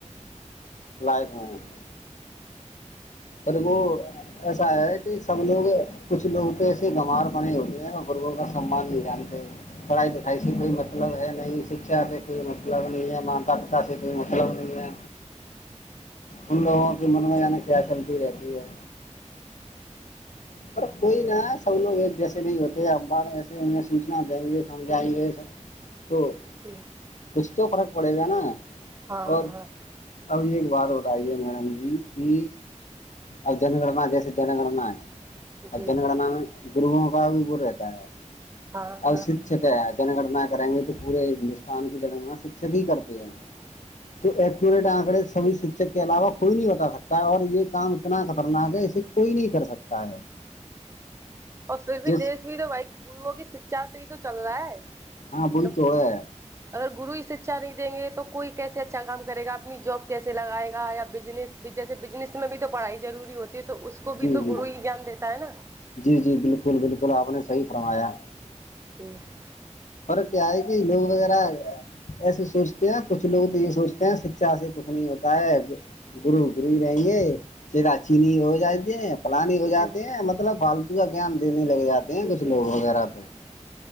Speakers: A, on the left; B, on the right.
A: لائق میں <unintelligible> اورر وہ <unintelligible> ایسا ہے کہ سب لوگ کچھ لوگ تو ایسے گمار بنے ہوتے ہیں ن گرگوں کا سمان نہیں جانتے <unintelligible> پڑھائی لکھائی سے کوئی مطلب ہے نہیں شکچھا سے کوئی مطلب نہیں ہے ما پتا سے کوئی مطلب نہیں ہے
B: جی
A: ان لوگوں کی من میں یعنی کیا چلتی رہتی ہے پر کوئی نا سب لوگ جیسے نہیں ہوتے اخبار ایسے انہیں سوچنا دیں گے سمجھائیں گے سب تو
B: جی
A: کچھ تو فرق پڑے گا نا
B: ہاں
A: اور
B: ہاں
A: اب یہ ایک بات بتائیے میڈم جی کہ ا جنناا دیس جنناا <unintelligible> اب
B: جی
A: جنگنانا میں گروہوں کا بھی بر رہتا ہے
B: ہاں
A: اور
B: ہاں
A: صرف شک ہے جنگننا کریں گے تو پورے ہندوستان کی جنگنا شکھک ہی کرتے ہیں
B: جی
A: تو ایکوریٹ آنکڑے سبھی شکچک کے علاوہ کوئی نہیں بتا سکتا اور یہ کام اتنا خطرناک ہے اسے کوئی نہیں کر سکتا ہے
B: اور پھر بھی
A: جس
B: دیش بھی تو بائی گروؤں کی شکچا سے ہی تو چل رہا ہے
A: ہاں وہی
B: ابک
A: تو ہے
B: اگر گرو اس شکچھا نہیں دیں گے تو کوئی کیسے اچھا کام کرے گا اپنی جاب کیسے لگائے گا یا بزنس <unintelligible> جیسے بزنس میں بھی تو پڑھائی ضروری ہوتی ہے تو اس کو
A: جی
B: بھی تو
A: جی
B: گرو ہی جان دیتا ہے نا
A: جی جی بالکل بالکل آپ نے صحیح فرمایا
B: ج <unintelligible>
A: ف کیا ہے کہ لوگ وغیرہ ایسے سوچتے ہیں کچھ لوگ تو یہ سوچتے ہیں شکچھا سے کچھ نہیں ہوتا ہے گرو گرو ہی رہیں گے چ چینی ہو جات د ہیں پلانی ہو
B: جی
A: جاتی ہیں مطلب فالتو کا گان دینے لگ جاتے ہیں کچھ
B: جی
A: لوگ وغیرہ
B: جی
A: تو